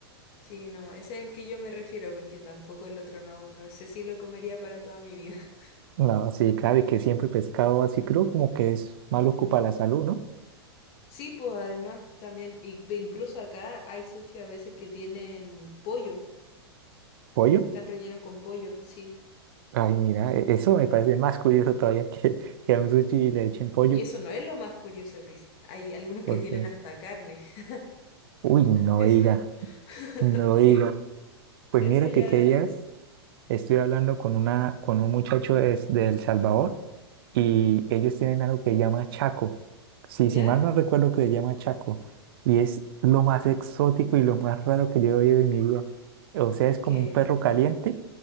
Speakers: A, on the left (about 45°); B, on the right (about 60°).
A: Sí, no, ese es el que yo me refiero, porque tampoco el otro no, no sé si lo comería para toda mi vida. <laughs>
B: No, sí, claro, y que siempre pescado así crudo como que es malo para la salud, ¿no?
A: Sí, pues además también, y- e incluso acá hay sushi a veces que tienen pollo,
B: Pollo.
A: están rellenos con pollo, sí.
B: Ay, mira, e- eso me parece más curioso todavía <laughs> que, que a un sushi le echen pollo.
A: Y eso no es lo más curioso, Luis. Hay algunos
B: Porque
A: que tienen hasta carne. <laughs>
B: Uy, no
A: Eso,
B: diga,
A: <laughs>
B: no diga.
A: sí,
B: Pues
A: eso
B: mira
A: ya
B: que qué
A: es.
B: días estoy hablando con una, con un muchacho de, de El Salvador y ellos tienen algo que llama Chaco. Sí,
A: ¿Ya?
B: si mal no recuerdo que le llama Chaco. Y es lo más exótico y lo más raro que yo he oído en mi vida. O sea, es como
A: ¿Qué
B: un perro
A: es?
B: caliente